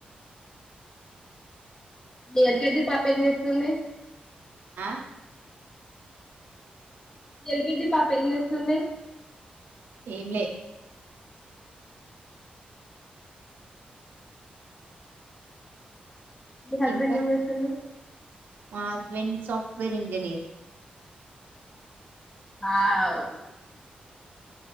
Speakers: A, on the left (about 20°); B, on the right (about 80°).
A: మీ ఎల్కేజీ పాప ఏం చేస్తుంది
B: ఆ
A: ఎల్ కే జి పాప ఏం చేస్తుంది
B: ఏంలే
A: మీ హస్బెండ్
B: ఇంకా
A: ఏం చేస్తుండు
B: మా హస్బెండ్ స వేర్ ఇంజినీర్
A: ఆవ్